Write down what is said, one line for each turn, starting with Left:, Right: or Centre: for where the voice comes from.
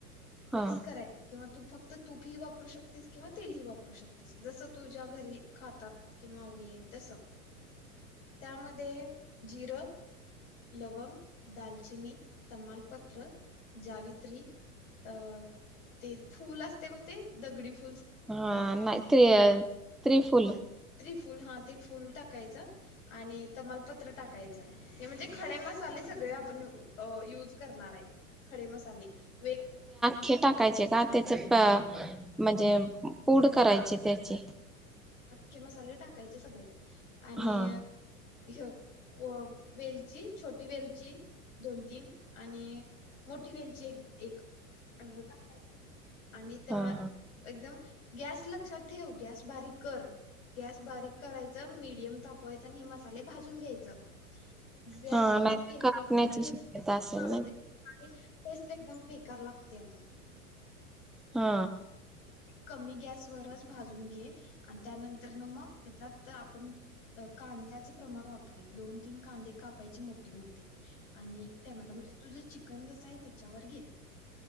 Left: मिक्स
Centre: हा
Left: करायचा किंवा तू फक्त तूप ही वापरू शकतेस किंवा तेल ही वापरू शकतेस जसं तुझ्या घरी खातात किंवा आवडी आहे तसं त्यामध्ये जिरं, लवंग, दालचिनी, तमालपत्र, जावित्री अ ते फूल असते बघ ते दगडी फू
Centre: हा नाही ते त्रिफुल
Left: त्रिफुल हा ते फुल टाकायचा आणि तमालपत्र टाकायचा हे म्हणजे खडे मसाले सगळे आपण अ युज करणार आहेत. खडे मसाले वे
Centre: खे टाकायचे का त्याचा हा म्हणजे पूढ करायचे त्याचे
Left: की मसाले टाकायचे सगळे आणि
Centre: हा
Left: ह्य को वेलची छोटी वेलची दोन-तीन आणि मोठी वेलची एक, एक एवढ टांग आहे आणि त्यात
Centre: हा हा
Left: एकदम गॅस लक्षात ठेव गॅस बारीक कर, गॅस बारीक करायच मीडियम तापवायचे आणि हे मसाले भाजून घ्यायचं गॅस
Centre: हा
Left: फास्ट
Centre: नाही तर
Left: केल्यांत
Centre: कापण्याची शक्यता असेल ना
Left: <inaudible> टेस्ट एकदम बेकार लागते अगं
Centre: हा
Left: कमी गॅसवररच भाजून घे आणि त्यानंतर ना मग त्याच्यात तर आपण कांद्याचा प्रमाण वापरे दोन-तीन कांदे कापायचे मोठे-मोठे आणि टॉमेटो म्हणजे तुझं चिकन जसं हाय तेच्यावर घे